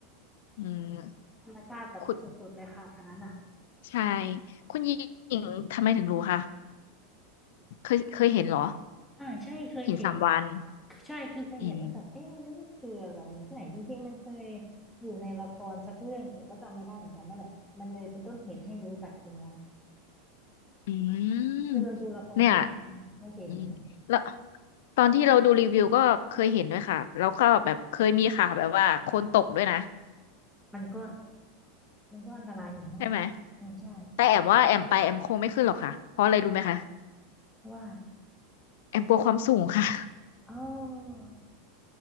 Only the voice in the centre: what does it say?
ธรรมชาติแบบสุดๆเลยค่ะอันนั้นอ่ะ
อ่าใช่เคยเห็น
ใช่คือเคยเห็นแล้วแบบเอ๊ะอันนี้มันคืออะไรมันที่ไหนจริงๆมันเคย
อยู่ในละครสักเรื่องแต่ก็จำไม่ได้เหมือนกันนั่นแหละมันเลยเป็นต้นเหตุให้รู้จักตรงเนี้ย
คือเราดูละครเรื่องนึงเราเห็น
มันก็มันก็อันตรายอยู่นั่นแหละอืมใช่
เพราะว่า
อ๋อ